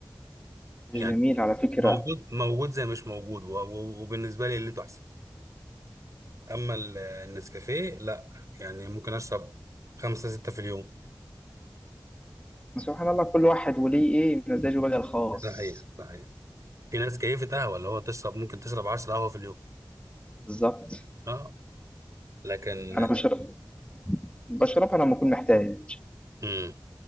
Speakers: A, on the left (about 15°); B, on the right (about 45°).
A: حاجه
B: يعني
A: جميله على فكره
B: موجود موجود زي مش موجود و- و- وبالنسبه لي اللي تحسن اما ال- النسكافيه لا يعني ممكن اشرب خمسة ستة في اليوم
A: سبحان الله كل واحد وليه ايه مزاجه بقى الخاص
B: ده حقيقي ده حقيقي في ناس كيفة قهوة اللي هو تشرب ممكن تشرب 10 قهوة في اليوم
A: بالظبط
B: اه لكن
A: انا بشرب بشربها لما اكون محتاج
B: امم